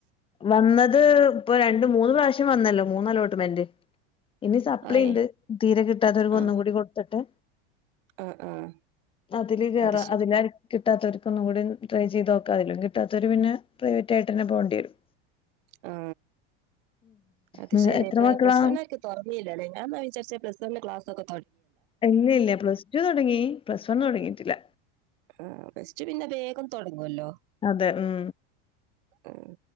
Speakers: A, on the left (about 15°); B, on the right (about 55°).
A: വന്നത് ഇപ്പൊ രണ്ട് മൂന്ന് പ്രാവശ്യം വന്നല്ലോ മൂന്ന് അലോട്ട്മെന്റ് ഇനി സപ്ലിണ്ട്
B: ആയേ
A: തീരെ കിട്ടാതോൽക്ക്
B: ആഹ്
A: ഒന്നും കൂടി കൊടുത്തിട്ട്
B: ആഹ് ആഹ്
A: അതില് കേറ
B: അത് ശരി
A: അതില കിട്ടാത്തവർക്ക്‌ ഒന്നും കൂടി ട്രൈ ചെയ്ത് നോക്കാം കിട്ടാത്തവര് പിന്നെ പ്രൈവറ്റ് ആയിട്ട് തന്നെ പോവേണ്ടി വരും
B: ആ അത്
A: ഉം
B: ശരി
A: എത്ര
B: പ്ലസ്
A: മക്കളാ
B: വണ്ണ് കാർക്ക് തുറന്നീല്ലല്ലേ ഞാൻ എന്നാ വിചാരിച്ചെ പ്ലസ് വണ്ണിന് ക്ലാസൊക്കെ
A: ഇല്ല ഇല്ല പ്ലസ് ടു തുടങ്ങി പ്ലസ് വൺ തുടങ്ങീട്ടില്ല
B: ആ പ്ലസ് ടു പിന്നെ വേഗം തൊടങ്ങുവല്ലോ
A: അതെ ഉം
B: ആ